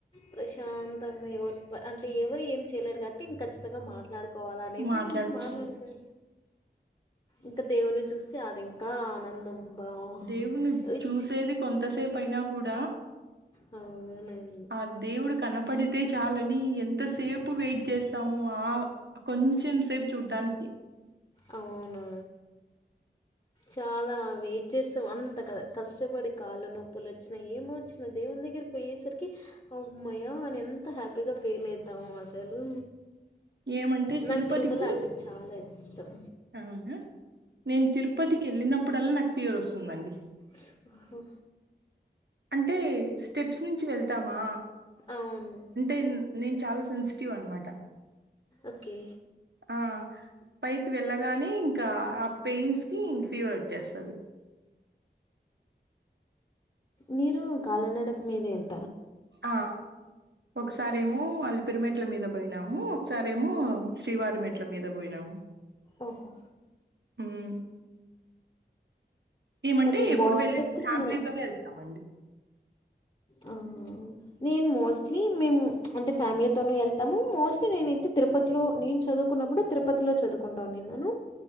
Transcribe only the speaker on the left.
ప్రశాంతంగ్ గ ఎవరు ప అంటే ఎవరు ఏం చేయలేరు గాట్టి ఇంక చ్ త్తగా మాట్లాడుకోవాలనే ఇంటెన్షన్
తో మాట్లాడతరు ఇంక దేవున్ని చూస్తే అది ఇంకా ఆనందం బా
విచ్
అవును
అవునా చాలా వెయిట్ చేస్తాం అంత కద కష్టపడి కాళ్ళ నొప్పులొచ్చిన ఏమోచ్చిన న దేవుని దగ్గరికి పోయేసరికి అమ్మయా అని ఎంత హ్యాపీగా ఫీల్ అయితామో అసలు
నాకు
తిరుమల అంటే చాలా ఇష్టం.
స్ ఒహొ
అవును.
ఓకే
మీరు కాళ్ళ నడక మీదే ఎల్
ఓహో
కానీ
బావుంటది
తిరుమల.
ఆ నేను మోస్ట్లీ మేము అంటే ఫ్యామిలీతోను ఎళ్తాము మోస్ట్లీ నేనయితే తిరుపతిలో నేను చ్ చదువుకున్నప్పుడు తిరుపతిలో చదువుకుంట ఉండినాను